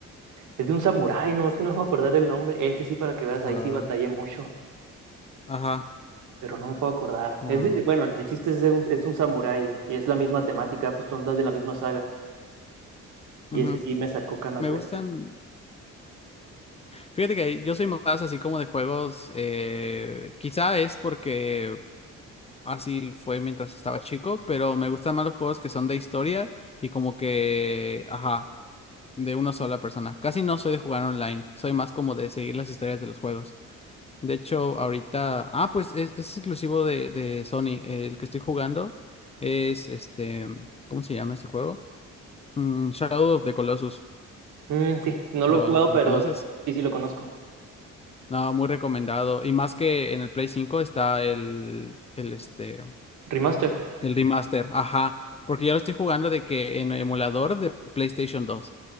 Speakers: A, on the right (about 75°); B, on the left (about 20°).
A: es de un samurái, no, es que no me puedo acordar el nombre, ese sí para que veas,
B: wow,
A: ahí sí batallé mucho,
B: ajá,
A: pero no me puedo acordar.
B: wow.
A: Es de- bueno, el chiste es de un, es un samurái, y es la misma temática, pues son las de la misma saga. Y
B: ujú.
A: ese sí me sacó canas
B: Me
A: verdes.
B: gustan. Fíjate que yo soy más así como de juegos. eh, quizá es porque así fue mientras estaba chico, pero me gustan más los juegos que son de historia y como que, ajá, de una sola persona. Casi no soy de jugar online, soy más como de seguir las historias de los juegos. De hecho, ahorita, ah, pues es, es exclusivo de, de Sony. El que estoy jugando es este, ¿cómo se llama este juego? Mm, Shadow of the Colossus.
A: Mm, sí, no lo
B: ¿Lo,
A: he jugado,
B: lo, lo
A: pero
B: conoces?
A: sí, sí lo conozco.
B: No, muy recomendado. Y más que en el Play cinco está el, el este,
A: Remaster.
B: El remaster, ajá. Porque yo lo estoy jugando de que en emulador de PlayStation 2.